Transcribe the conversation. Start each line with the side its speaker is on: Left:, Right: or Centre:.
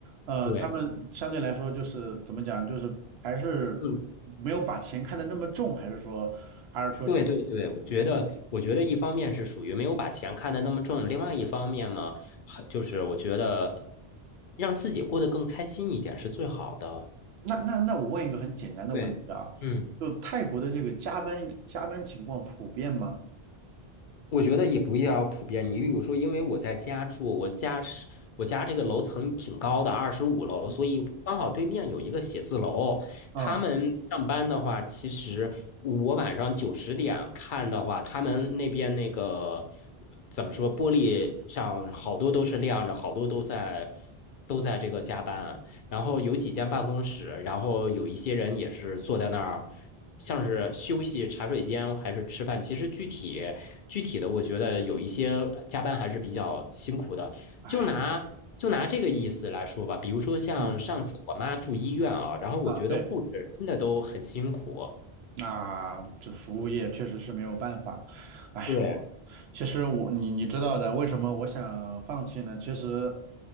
Right: 呃，
Left: 对。
Right: 他们相对来说就是怎么讲，就是还是没有把钱看得那么重，
Left: 嗯。
Right: 还是说，还是说整，
Left: 对对对，我觉得，我觉得一方面是属于没有把钱看得那么重，另外一方面嘛，还就是我觉得让自己过得更开心一点是最好的。
Right: 那那那我问一个很简单的问题啊，
Left: 对，嗯。
Right: 就泰国的这个加班加班情况普遍吗？
Left: 我觉得也不要普遍。你比如说，因为我在家住，我家是我家这个楼层挺高的，二十五楼，
Right: 嗯，
Left: 所以刚好对面有一个写字楼。
Right: 啊，
Left: 他们上班的话，其实我晚上九十点看的话，他们那边那个怎么说，玻璃上好多都是亮着，好多都在都在这个加班。然后有几间办公室，然后有一些人也是坐在那儿，像是休息、茶水间还是吃饭。其实具体具体的，我觉得有一些加班还是比较辛苦的。
Right: 哎，
Left: 就拿就拿这个意思来说吧，比如说像上次我妈住医院啊，
Right: 嗯，
Left: 然后我觉得护士真的都很辛苦。
Right: 啊，对。那这服务业确实是没有办法。哎，
Left: 对，
Right: 嗯我其实我你你知道的，为什么我想放弃呢？其实，